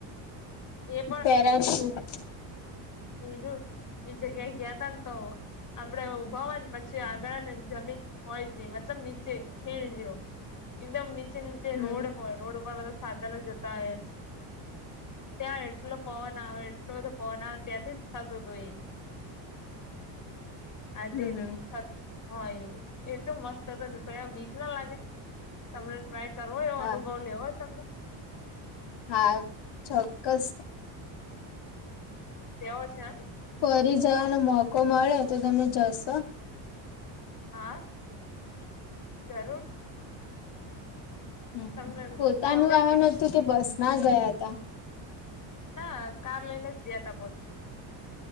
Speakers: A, on the left; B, on the left.
A: એ
B: પેરાશૂટ
A: એનું એ જગ્યા એ ગયા તા ને તો આપડે ઊભા ને પછી આગળ ને જમીન હોય જ નહી મતલબ નીચે ખીણ જેવો એકદમ નીચે નીચે
B: હમ
A: રોડ હોય રોડ ઉપર બ સાધનો જતા હોય એમ ત્યાં એટલો પવન આવે એટલો બધો પવન આવે ત્યાંથી થતું હતું એ આજે
B: હમ હમ
A: હય એટલું મસ્ત હત પે બીક ના લાગે તમને કરો એ
B: હા
A: અનુભવ લેવોય તમને
B: હા ચોક્કસ
A: લેવો છે એમ
B: ફરી જવાનો મોકો મળે તો તમે જશો?
A: હા જરૂર
B: હમ
A: તમને
B: પોતાનું
A: ગમે
B: આન હતું કે બસ માં ગયા હતા
A: ના કાર લઈને જયા ત પહ